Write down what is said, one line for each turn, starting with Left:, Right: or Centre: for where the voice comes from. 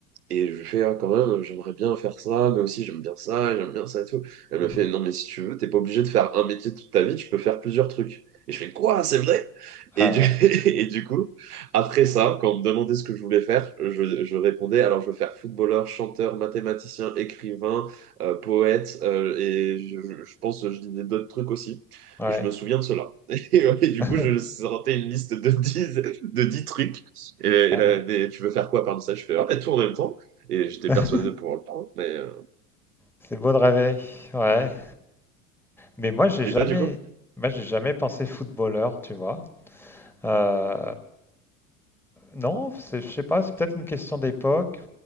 Right: et je lui fais, Ah, quand même, j'aimerais bien faire ça, mais aussi j'aime bien ça, j'aime bien ça et tout. Elle
Centre: Mhm.
Right: me fait, non, mais si tu veux, t'es pas obligé de faire un métier toute ta vie, tu peux faire plusieurs trucs. Et je fais, quoi, c'est vrai? Et
Centre: Ah
Right: du,
Centre: ouais.
Right: <laughs> et du coup, après ça, quand on me demandait ce que je voulais faire, je, je répondais, alors je veux faire footballeur, chanteur, mathématicien, écrivain, euh, poète, euh, et je, je je pense que je disais d'autres trucs aussi,
Centre: Ouais.
Right: mais je me souviens de cela. <laughs> Et, ouais, et du
Centre: <laughs>
Right: coup, je sortais une liste de dix de dix trucs, et, et
Centre: Ah.
Right: là, mais tu veux faire quoi parmi ça? Je fais, ah, bah, tout en même temps, et j'étais
Centre: <laughs>
Right: persuadé de pouvoir le faire. Mais, euh,
Centre: C'est beau de rêver. Ouais. Mais moi, j'ai
Right: Et
Centre: jamais,
Right: toi, du coup?
Centre: moi, j'ai jamais pensé footballeur, tu vois. Euh, non, c'est- je sais pas, c'est peut-être une question d'époque,